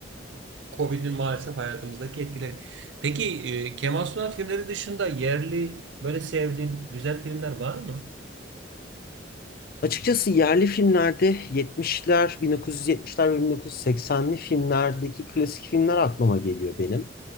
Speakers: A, on the right (about 65°); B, on the left (about 50°).
A: e, Covid'in maalesef hayatımızdaki etkileri. Peki e, Kemal Sunal filmleri dışında yerli böyle sevdiğin güzel filmler var mı?
B: Açıkçası yerli filmlerde 70'ler, 1970'ler ve 1980'li filmlerdeki klasik filmler aklıma geliyor benim.